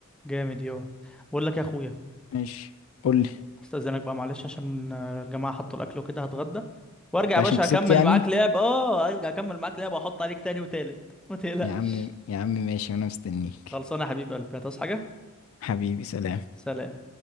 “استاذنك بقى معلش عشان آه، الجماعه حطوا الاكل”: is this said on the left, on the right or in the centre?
Centre